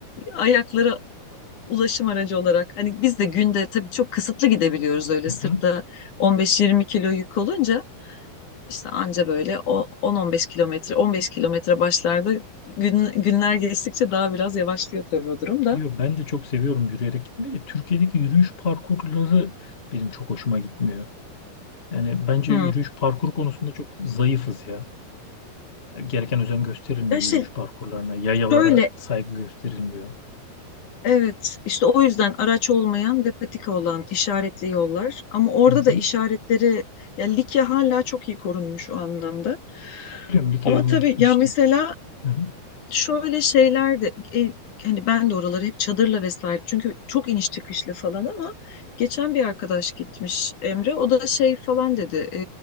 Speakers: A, on the left; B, on the left.
A: ayaklara ulaşım aracı olarak hani biz de günde tabii çok kısıtlı gidebiliyoruz öyle
B: Hı
A: sırtta
B: hı.
A: 15-20 kilo yük olunca işte anca böyle o 10-15 kilometre, 15 kilometre başlarda gün, günler geçtikçe daha biraz yavaşlıyor tabii o durum da.
B: Yo, ben de çok seviyorum yürüyerek gitmeyi de. Türkiye'deki yürüyüş parkurları benim çok hoşuma gitmiyor. Yani bence
A: Hmm.
B: yürüyüş parkur konusunda çok zayıfız ya. Gereken özen gösterilmiyor
A: Ya işte
B: yürüyüş parkurlarına. Yayalara
A: şöyle
B: saygı gösterilmiyor.
A: evet işte o yüzden araç olmayan ve patika olan işaretli yollar ama orada
B: Hı hı.
A: da işaretleri ya Likya hala çok iyi korunmuş o anlamda.
B: Biliyorum Likya
A: Ama
B: yoluna
A: tabii
B: gitmiştim.
A: ya mesela
B: Hı hı.
A: Şöyle şeyler de e, hani ben de oraları hep çadırla vesaire çünkü çok iniş çıkışlı falan ama geçen bir arkadaş gitmiş Emre o da şey falan dedi e,